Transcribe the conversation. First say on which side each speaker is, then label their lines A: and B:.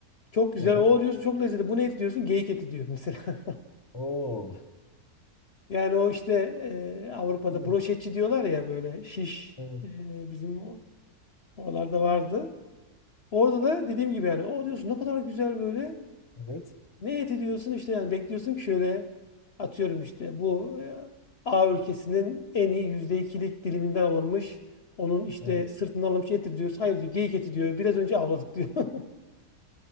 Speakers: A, on the left (about 50°); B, on the left (about 20°).
A: Çok güzel
B: Evet.
A: o diyorsun çok lezzetli. Bu ne eti diyorsun? Geyik eti diyor mesela. <laughs>
B: Oo.
A: Yani o işte e, Avrupa'da
B: Evet.
A: broşetçi diyorlar ya böyle şiş.
B: Evet.
A: E, bizim o Oralarda vardı. Orada da dediğim gibi yani o diyorsun ne kadar güzel böyle.
B: Evet.
A: Ne eti diyorsun işte yani bekliyorsun ki şöyle atıyorum işte bu e, A ülkesinin en iyi yüzde ikilik diliminden alınmış. Onun işte
B: evet.
A: sırtından alınmış eti diyorsun. Hayır diyor geyik eti diyor. Biraz önce avladık diyor. <laughs>